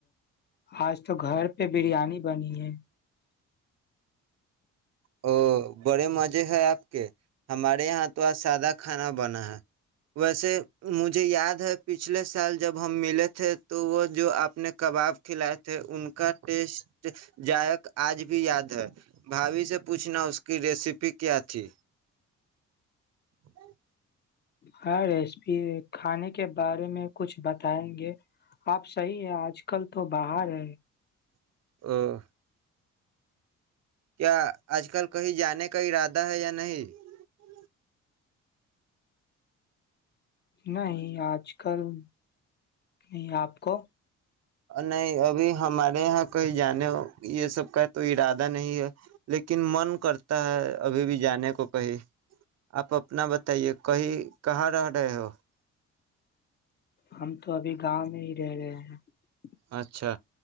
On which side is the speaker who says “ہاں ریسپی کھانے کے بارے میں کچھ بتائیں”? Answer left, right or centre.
Left